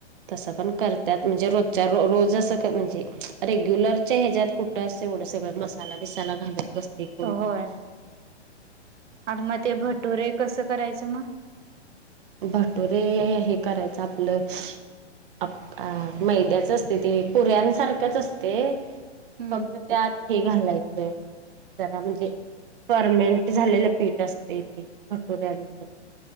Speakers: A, on the right; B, on the right.
A: तसं पण करतात म्हणजे रजच्या रोज असं म्हणजे रेग्युलरच्या ह्याच्यात कुठ अस एवढं सगळं मसाला बसाला घालत बसते एकूण
B: होय आणि मग ते भटुरे कसं करायचं मग
A: भटोरे हे करायचं आपलं अ मैद्याच असते ते पुऱ्यांसारख्याच असते
B: हम्म
A: फक्त त्यात हे घालायचं जरा म्हणजे फर्मेंट झालेलं पीठ असत इथे भटुऱ्यांच